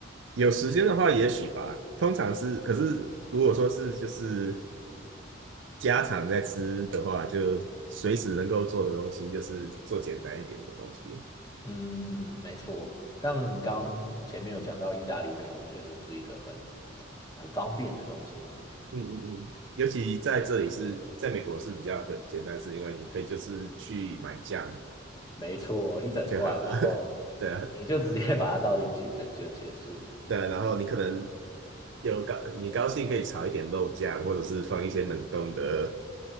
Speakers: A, on the right (about 70°); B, on the left (about 20°).
A: 有时间的话，也许吧。通常是，可是如果说是就是家常在吃的话，就随时能够做的东西，就是做简单一点的东西。
B: 嗯，没错，像你刚前面有讲到意大利面，我觉得就是一个很很方便的东西嘛。
A: 嗯嗯嗯。尤其在这里是，在美国是比较可简单，是因为你可以就是去买酱
B: 没错，一整罐，
A: 就好了。
B: 然后你就直接
A: <laughs> 对啊，
B: <laughs> 把它倒进去就，就结束了。
A: 对啊然后你可能有高，你高兴可以炒一点肉酱，或者是放一些冷冻的